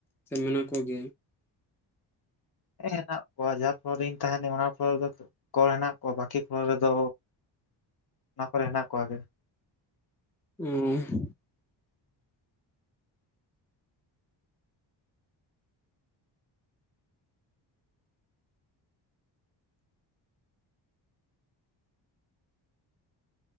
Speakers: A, in the centre; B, on the left.
A: ᱥᱮ ᱢᱮᱱᱟᱜ ᱠᱚᱜᱮᱭᱟ᱾
B: ᱦᱮᱸ ᱦᱮᱱᱟᱜ ᱠᱚᱣᱟ ᱡᱟᱦᱟᱸ ᱯᱷᱚᱨᱤᱧ ᱛᱟᱸᱦᱮᱱᱟ ᱚᱱᱟ ᱯᱚᱨ ᱨᱮᱫᱚ ᱠᱚᱞ ᱦᱮᱱᱟᱜ ᱠᱚᱣᱟ ᱵᱠᱤ ᱯᱷᱚᱱ ᱨᱮᱫᱚ ᱚᱱᱟ ᱠᱚᱨᱮ ᱦᱮᱱᱟᱜ ᱠᱚᱣᱟ ᱜᱮ
A: ᱦᱩᱸ